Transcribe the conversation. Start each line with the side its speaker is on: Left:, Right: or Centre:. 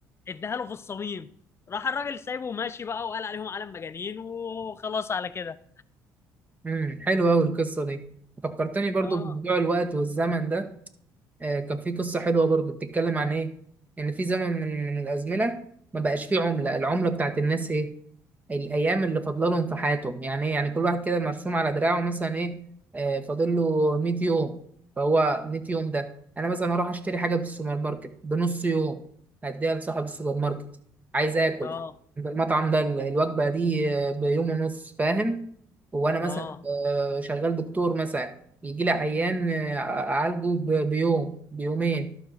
Left: اداها له في الصميم راح الراجل سايبه وماشي بقى وقال عليهم عالم مجانين وخلاص على كده
Right: امم حلوه قوي القصه دي فكرتني برضو
Left: اه
Right: بموضوع الوقت والزمن ده آه كان في قصه حلوه برضو بتتكلم عن ايه ان في زمن من, من الازمنه ما بقاش فيه عمله العمله بتاعت الناس ايه الايام اللي فاضله لهم في حياتهم يعني ايه يعني كل واحد كده مرسوم على دراعه مثلا ايه آه فاضل له 100 يوم فهو 100 يوم ده انا مثلا اروح اشتري حاجه في السوبر ماركت بنص يوم هديها لصاحب السوبر ماركت عايز اكل
Left: اه
Right: المطعم ده الوجبه دي آه، بيوم ونص فاهم هو انا مثلا
Left: اه
Right: آه، شغال دكتور مثلا بيجي لي عيان آه، اعالجه ب- بيوم بيومين